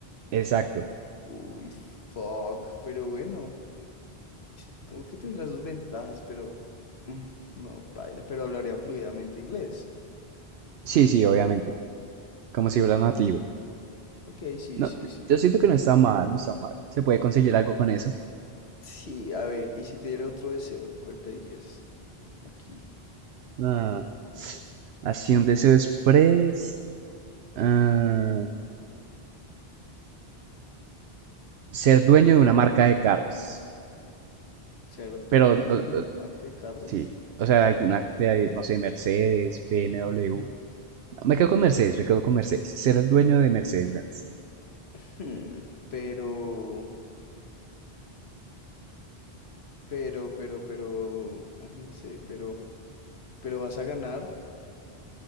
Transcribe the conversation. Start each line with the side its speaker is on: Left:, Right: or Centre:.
Right: Exacto.
Left: Uy, fuck. Pero bueno. Supongo que tendrá sus ventajas, pero mm, no, paila, pero hablaría fluidamente inglés.
Right: Sí, sí, obviamente. Como si fuera nativo.
Left: Sí. Ok, sí,
Right: No,
Left: sí, sí.
Right: yo siento que no está mal, no está mal. Se puede conseguir algo con eso.
Left: Sí, a ver, y si te diera otro deseo, ¿cuál pedirías? Aquí,
Right: Ah, así un deseo express. ah, ser dueño de una marca de carros.
Left: ser dueño
Right: Pero,
Left: de
Right: o-
Left: una
Right: o-
Left: marca de carros.
Right: sí, o sea, alguna, de, ahí, no sé, Mercedes, BMW.
Left: <laughs>
Right: No, me quedo con Mercedes, me quedo con Mercedes. Ser el dueño de Mercedes-Benz.
Left: Hmm, Pero, pero, pero, pero, ay, no sé, pero, pero vas a ganar